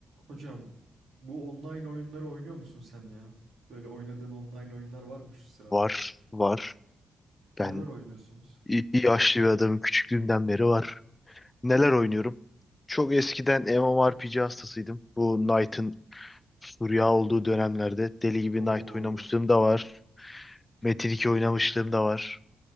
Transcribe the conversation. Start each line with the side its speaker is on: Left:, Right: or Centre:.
Right: Hocam bu online oyunları oynuyor musun sen ya? Böyle oynadığın online oyunlar var mı şu sıralar?
Left: Var, var. Ben
Right: Neler oynuyorsunuz?
Left: i- yaşlı bir adamım. Küçüklüğümden beri var. Neler oynuyorum? Çok eskiden MMORPG hastasıydım. Bu Knight'ın furya olduğu dönemlerde deli gibi
Right: Oo,
Left: Knight oynamışlığım da var. Metin 2 oynamışlığım da var.